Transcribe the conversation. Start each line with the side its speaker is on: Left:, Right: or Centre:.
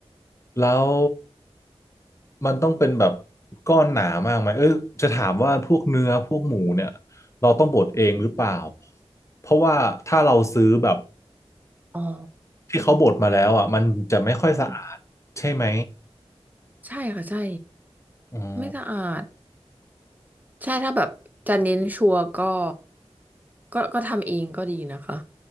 Left: แล้วมันต้องเป็นแบบก้อนหนามากไหมเออจะถามว่าพวกเนื้อพวกหมูเนี่ยเราต้องบดเองหรือเปล่าเพราะว่าถ้าเราซื้อแบบ
Right: อ๋อ
Left: ที่เขาบดมาแล้วอ่ะมันจะไม่ค่อยสะอาดใช่ไหม
Right: อืมใช่ค่ะใช่
Left: อืม
Right: ไม่สะอาดใช่ถ้าแบบจะเน้นชัวร์ก็ก็ก็ทำเองก็ดีนะคะ